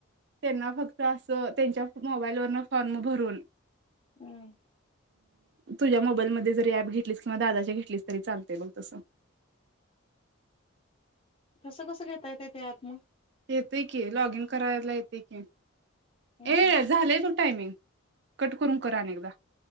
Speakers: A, on the right; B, on the left.
A: त्यांना फक्त असं त्यांच्या मोबाईल वरन फॉर्म भरून.
B: हम्म.
A: तुझ्या मोबाईलमध्येध्ये जरी ऍप घेतलीस किंवा दादाच्या घेतलीस तरी चालतय बघ तसं.
B: तसं कसं घेता येत ते अँप मग.
A: येतय की लॉग इन करायला येते की
B: हम्म
A: ए
B: हम्म हम्म
A: झालंय बग टायमिंग. कट करून करा न एकदा